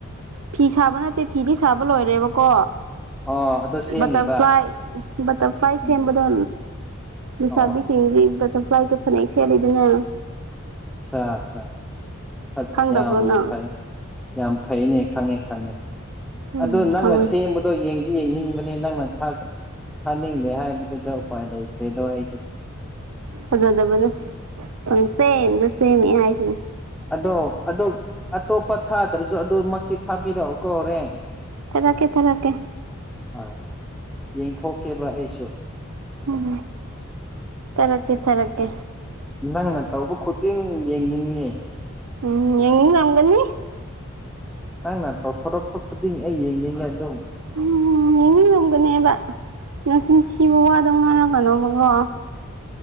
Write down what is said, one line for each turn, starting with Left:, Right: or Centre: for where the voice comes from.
Right: ꯐꯤ ꯁꯥꯕ ꯅꯠꯇꯦ ꯐꯤꯗꯤ ꯁꯥꯕ ꯂꯣꯏꯔꯦꯕꯀꯣ
Centre: ꯑꯣ ꯑꯗꯣ ꯁꯦꯝꯔꯤꯕ
Right: ꯕꯇꯔꯐ꯭ꯂꯥꯏ ꯕꯇ꯭ꯔꯐꯥ꯭ꯂꯏ
Centre: ꯎꯝ
Right: ꯁꯦꯝꯕꯗꯣ ꯂꯩꯁꯥꯕꯤ
Centre: ꯑꯣ
Right: ꯁꯤꯡꯗꯤ ꯕꯇ ꯕꯇ꯭ꯔꯐ꯭ꯂꯥꯏꯒꯤ ꯐꯅꯦꯛ ꯁꯦꯠꯂꯤꯗꯅ
Centre: ꯑ ꯑꯆꯥ ꯐ
Right: ꯈꯪꯗꯕ꯭ꯔꯣ
Centre: ꯌꯥꯝ
Right: ꯅꯪ
Centre: ꯐꯥꯏ ꯌꯥꯝ ꯐꯩꯅꯦ ꯈꯪꯉꯦ ꯈꯪꯉꯦ
Right: ꯎꯝ
Centre: ꯑꯗꯨ ꯅꯪꯅ
Right: ꯈꯪꯉꯦ
Centre: ꯁꯦꯝꯕ ꯑꯗꯣ ꯌꯦꯡꯗꯤ ꯌꯦꯡꯅꯤꯡꯕꯅꯦ ꯅꯪꯅ ꯊꯥꯅꯤꯡꯗꯦ ꯍꯥꯏꯕꯗꯨꯗ ꯎꯄꯥꯏ ꯂꯩꯇ꯭ꯔꯦ ꯗꯣ ꯑꯩꯗꯤ
Right: ꯐꯖꯗꯕꯅꯦ ꯄꯪꯁꯦꯝꯗ ꯁꯦꯝꯃꯦ ꯍꯥꯏꯁꯤꯅꯦ
Centre: ꯑꯗꯣ ꯑꯣ ꯑꯇꯣꯞꯄ ꯊꯥꯗ꯭ꯔꯁꯨ ꯑꯗꯨꯃꯛꯇꯤ ꯊꯥꯕꯤꯔꯛꯑꯣ ꯀꯣ ꯍꯣꯔꯦꯟ
Right: ꯊꯥꯔꯛꯀꯦ ꯊꯥꯔꯛꯀꯦ
Centre: ꯍꯣꯏ ꯌꯦꯡꯊꯣꯛꯀꯦꯕ ꯑꯩꯁꯨ
Right: ꯎꯝ ꯇꯔꯛꯀꯦ ꯊꯔꯛꯀꯦ
Centre: ꯅꯪꯅ ꯇꯧꯕ ꯈꯨꯗꯤꯡ ꯌꯦꯡꯅꯤꯡꯏ
Right: ꯎꯝ ꯌꯦꯡꯅꯤꯡꯉꯝꯒꯅꯤ
Centre: ꯅꯪꯅ ꯇꯧꯊꯣꯔꯛꯄ ꯈꯨꯗꯤꯡ ꯑꯩ ꯌꯦꯡꯅꯤꯡꯉꯦ ꯑꯗꯨꯝ
Right: ꯎꯝ ꯌꯦꯡꯅꯤꯡꯉꯝꯒꯅꯦꯕ ꯅꯆꯤꯟꯊꯤꯕ ꯋꯥꯗꯣ ꯉꯥꯡꯔꯛꯀꯅꯣꯕꯀꯣ